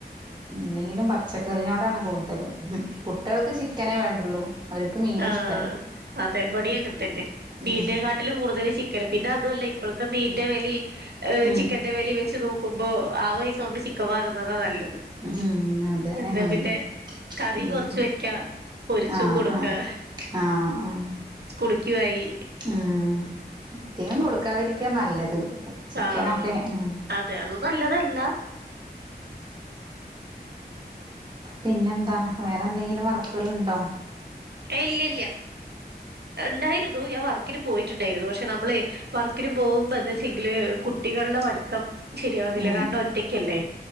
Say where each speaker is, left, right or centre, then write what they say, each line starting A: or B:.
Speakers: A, on the right; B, on the right.
A: എന്തെങ്കിലും പച്ചക്കറിനോടാണ് കൂടുതലും ഹും കുട്ട്യാൾക്ക് ചിക്കനേ വേണ്ടുള്ളൂ. അവർക്ക് മീനും
B: ആഹ്
A: ഇഷ്ടല്ല
B: അതെ ബടീം അങ്ങന തന്നെ മീനിനെക്കാ
A: ഉം
B: ട്ടിലും കൂടുതൽ ചിക്കന് പിന്നെ അതോല്ല ഇപ്പോഴത്തെ മീന്റെ വെലേം
A: ഉം
B: ചിക്കൻ ന്റെ വലി വെച്ച് നോക്കുമ്പോ ആ പൈസോണ്ട് ചിക്കൻവാങ്ങുന്നതാ നല്ലത്
A: ഹും അതെ
B: എന്താ
A: ഹും
B: പിന്നെ കറി
A: ഉം
B: കുറച്ച് വെക്കാ പൊരിച്ചും
A: ആഹ്
B: കൊടുക്കാ
A: ആ ആഹ് ആഹ് ആഹ്
B: സ്കുളിക്കുവായി
A: ഉം <unintelligible> ധികം കൊട്ക്കാതിരിക്യാ നല്ലത് ചിക്കനൊക്കെ
B: ആഹ്
A: മ്
B: അതെ അത് നല്ലതല്ല
A: പിന്നെന്താ വേറെന്തെങ്കിലും വർക്ക്കള്ണ്ടോ?
B: ഏയ് ഇല്യല്ല്യ ഉണ്ടായിരുന്നു ഞാൻ വർക്കിന് പോയിട്ടുണ്ടായിരുന്നു പക്ഷെ ക്ഷെ നമ്മളെ വർക്കിന് പോകുമ്പോ ന്താച്ചെങ്കില് കുട്ടികളിലെ പഠിത്തം ശരിയാവുന്നില്ല
A: ഉം
B: കാരണം ഒറ്റക്കല്ലേ